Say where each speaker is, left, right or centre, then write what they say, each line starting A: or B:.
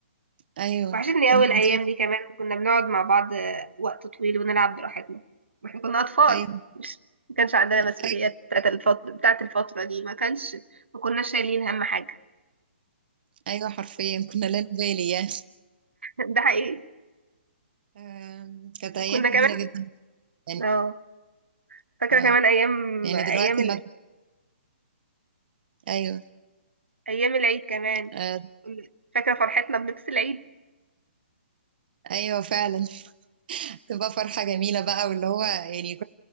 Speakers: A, on the right; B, on the right.
A: ايوه
B: وحشتني
A: كنا
B: أوي الأيام
A: عظيم
B: دي كمان كنا بنقعد مع بعض وقت طويل ونلعب براحتنا ما احنا كنا أطفال
A: ايوه
B: مش ما كانش عندنا مسؤوليات
A: ايوه
B: بتاعت الفترة بتاعت الفترة دي ما كانش ما كناش شايلين هم حاجة
A: ايوه حرفيا كنا لا نبالي يعني
B: <laughs> ده حقيقي
A: آم، كانت ايام
B: كنا كمان
A: جميلة جدا يعني
B: اه فاكرة
A: آه
B: كمان أيام
A: يعني
B: أيام
A: دلوقتي
B: ال...
A: ما ايوه
B: أيام العيد كمان
A: آه
B: فاكرة فرحتنا بلبس العيد
A: ايوه فعلا تبقى فرحة جميلة بقى واللي هو يعني